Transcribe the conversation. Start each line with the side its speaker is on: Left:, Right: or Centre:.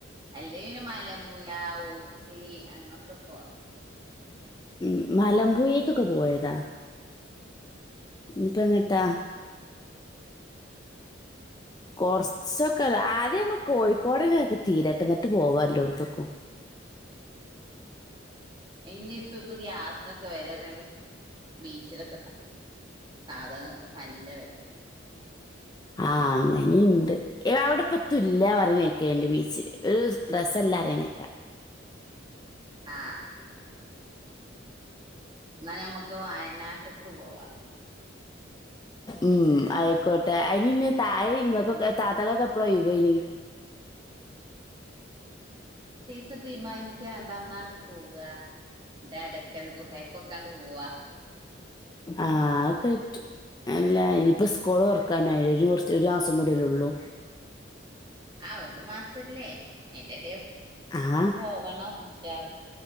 Right: അല്ലേ ന്നെ മലമ്പുയ ഊട്ടി അങ്ങോട്ട് പോ
Left: ഉ മലമ്പൂയെക്കെ പോയതാ ഇപ്പങ്ങ ത്ത കൊറച്ചൊക്കെ ആദ്യമ്മ കോഴിക്കോടന്നെ തീരടട്ട് പോവാല്ലോടത്തക്കും
Right: ഇനിയിപ്പ ഇപ്പ ഗ്യാസ് ക്കെ വേലയറിയണ്ട് ബീച്ചിലൊക്കെ സാധങ്ങക്കെ നല്ല വെല
Left: ആ അങ്ങനെണ്ട് അവിടെപ്പത്തും ഇല്ല പറഞ്ഞെക്കണ്ട് ബീച്ചില് ഒരു രസംല്ലന്ന് പറണെക്കാ
Right: ആ എന്നാ നമ്മക്ക് വയനാട്ട്ക്ക് ക്ക്പോവാ
Left: ഉം ആയിക്കോട്ടെ അയിനിന് താഴെ ഇങ്ങക്കൊക്കെ താത്തകൊക്കെ എപ്പളാഒയിവ് അയിന്
Right: തീരുമാനിച്ച അന്നാണ്ട് പോവാ ന്റെടെ കൽഗുഹേക്കൊക്കെണ്ട് പോവാ
Left: ആഹ് ക്കെറ്റും അല്ല ഇനിപ്പോ സ്കൂള് തൊറക്കാനായില്ലേ കുറച്ച് ഒരു മാസം കൂടില്ലേള്ളു
Right: ആഹ് ഒരു മാസല്ലേ അതിന്റെടെ
Left: ആ
Right: പോവണംവച്ചാൽ